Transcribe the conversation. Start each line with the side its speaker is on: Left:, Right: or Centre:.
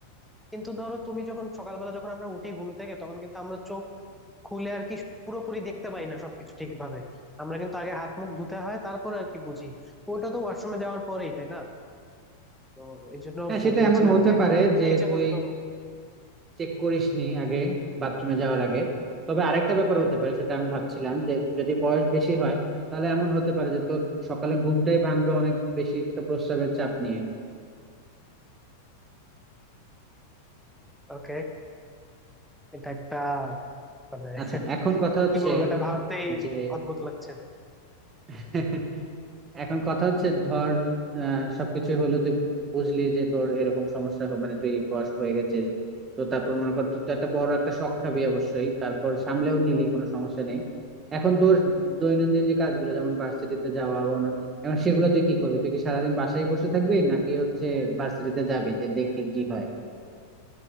Centre: কিন্তু ধরো তুমি যখন সকালবেলা যখন আমরা উঠি ঘুম থেকে তখন কিন্তু আমরা চোখ খুলে আর কি পুরোপুরি দেখতে পাই না সবকিছু ঠিকভাবে আমরা কিন্তু আগে হাত মুখ ধুতে হয় তারপরে আর কি বুঝি ওটা তো ওয়াশরুমে যাওয়ার পরেই তাই না তো এই জন্য
Right: হ্যাঁ
Centre: ব-
Right: সেটা
Centre: বলছিলাম
Right: এমন হতে
Centre: যে একদম
Right: পারে
Centre: উঠেই
Right: যে
Centre: যে
Right: তুই
Centre: বুঝবো
Right: চেক করিস নি আগে বাথরুমে যাওয়ার আগে তবে আরেকটা ব্যাপার হতে পারে সেটা আমি ভাবছিলাম যে যদি বয়স বেশি হয় তাহলে এমন হতে পারে যে তোর সকালে ঘুমটাই ভাঙবে অনেক বেশি একটা প্রস্রাবের চাপ নিয়ে
Centre: ওকে <laughs> এটা একটা মানে <laughs>
Right: আচ্ছা এখন কথা হচ্ছে
Centre: কি বলবো এটা ভাবতেই
Right: যে
Centre: অদ্ভুত লাগছে
Right: <laughs> এখন কথা হচ্ছে ধর আহ, সবকিছু হলো তুই বুঝলি যে তোর এরকম সমস্যা হবে মানে তুই বয়স হয়ে গেছিস তো তারপর মনে কর তুই তো একটা বড় একটা শখ খাবি অবশ্যই তারপর সামলেও নিলি কোনো সমস্যা নেই এখন তোর দৈনন্দিন যে কাজগুলো যেমন ভার্সিটিতে যাওয়া বা অন্য- এখন সেগুলো তুই কি করবি তুই কি সারাদিন বাসায় বসে থাকবি নাকি হচ্ছে ভার্সিটিতে যাবি যে দেখি কি হয়